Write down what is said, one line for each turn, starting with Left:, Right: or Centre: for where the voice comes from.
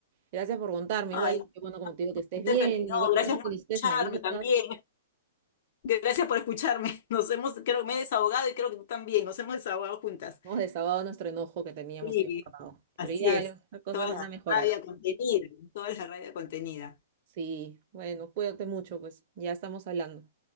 Right: gracias por contarme.
Left: Ay,
Right: Igual,
Left: no,
Right: que, bueno, como te digo, que estés
Left: Stephanie,
Right: bien,
Left: no,
Right: igual que
Left: gracias
Right: caso que
Left: por
Right: necesites,
Left: escucharme
Right: me avisas.
Left: también. Gracias por escucharme. <laughs> Nos hemos, creo que me he desahogado y creo que tú también, nos hemos desahogado juntas.
Right: Hemos desahogado nuestro enojo que teníamos
Left: Sí,
Right: ahí guardado.
Left: así
Right: Pero ya
Left: es.
Right: eh, las cosas
Left: Toda
Right: van
Left: la
Right: a mejorar.
Left: rabia contenida, toda la rabia contenida.
Right: Sí, bueno, cuídate mucho, pues ya estamos hablando.